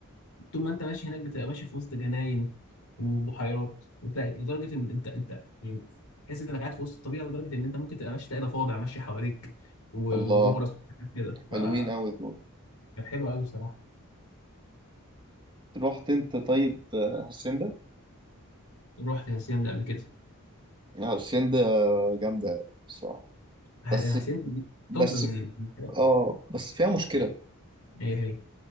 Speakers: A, on the left (about 85°); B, on the right (about 20°).
A: طول ما انت ماشي هناك بتبقى ماشي في وسط جناين وبحيرات وتلاقي لدرجة ان انت انت يعني تحس انك قاعد في وسط الطبيعة لدرجة ان انت ممكن تبقى ماشي تلاقي ضفادع ماشية حواليك و-
B: الله
A: ونورس كده فكانت
B: حلوين قوي دول
A: حلوة قوي بصراحة
B: رحت انت طيب آه، هاسيندا
A: رحت هاسيان ده قبل كده
B: لا، هاسيندا جامده بصراحه
A: ه-
B: بس
A: هاسيان
B: بس
A: طب من
B: في
A: من الحاجات
B: اه بس فيها مشكله
A: هي هي